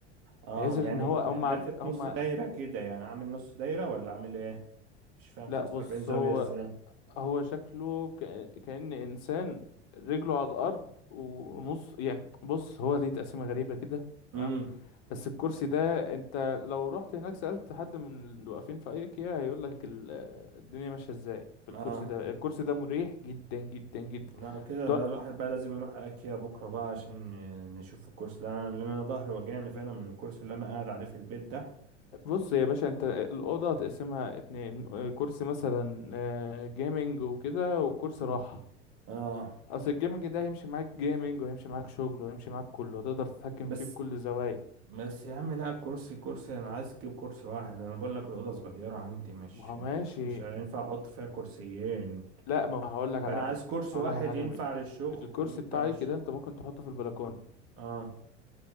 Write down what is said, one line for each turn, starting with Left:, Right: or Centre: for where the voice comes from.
Right: اه
Left: بحيث ان
Right: يعني
Left: هو هم
Right: يعني لافف
Left: هم
Right: نص دايرة كده يعني عامل نص دايرة ولا عامل ايه مش فاهم
Left: لا
Right: 45
Left: بص
Right: زاوية
Left: هو
Right: ازاي
Left: هو شكله كأ- كأن إنسان رجله على الأرض ونص يعني بص هو ليه تقسيمة غريبة كده تمام
Right: امم
Left: بس الكرسي ده انت لو رحت هناك سألت حد من اللي واقفين في ايكيا هيقول لك الدنيا ماشية ازاي في الكرسي
Right: اه
Left: ده الكرسي ده مريح جدا جدا جدا
Right: لا كده
Left: تقعد-
Right: ده الواحد بقى لازم يروح اكيا بكرة بقى عشان ن- نشوف الكورس ده لان انا ظهري وجعني فعلا من الكورس اللي انا قاعد عليه في البيت ده
Left: بص يا باشا انت الأوضة هتقسمها اتنين آه، كرسي مثلا آه، جيمنج وكده وكرسي راحة
Right: اه
Left: اصل الجيمنج ده هيمشي معاك جيمنج وهيمشي معاك شغل وهيمشي معاك كله هتقدر تتحكم
Right: بس
Left: فيه بكل زوايا
Right: بس يا عم لا كرسي كرسي انا عايز اجيب كرسي واحد انا بقول لك الاوضه صغيره عندي مش
Left: ما هو
Right: مش
Left: ماشي
Right: مش هينفع احط فيها كرسيين
Left: لا ما هقول لك على
Right: فانا عايز
Left: حاجه
Right: كرسي
Left: هقول
Right: واحد
Left: لك على حاجه
Right: ينفع
Left: جميله
Right: للشغل
Left: الكرسي
Right: ينفع
Left: بتاعي
Right: للشغل
Left: كده انت ممكن تحطه في البلكونه
Right: اه